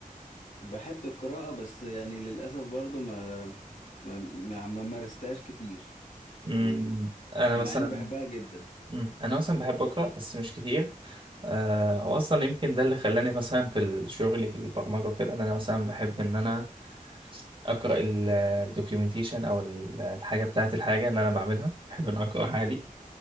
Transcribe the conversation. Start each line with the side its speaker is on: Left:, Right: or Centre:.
Left: فبحب القراءة بس يعني للأسف برضو ما ما ما, ما مارستهاش كتير
Right: م-
Left: يعني
Right: م. انا
Left: مع
Right: مثلا
Left: اني بحبها جدا
Right: مم. انا مثلا بحب اقرا بس مش كتير آه،
Left: م-
Right: واصلا يمكن ده اللي خلاني مثلا في الشغل في البرمجه وكده ان انا مثلا بحب ان انا اقرا الدوكيومنتيشن او ال- الحاجه بتاعه الحاجه اللي انا بعملها بحب
Left: م-
Right: ان أنا اقراها
Left: م-
Right: عادي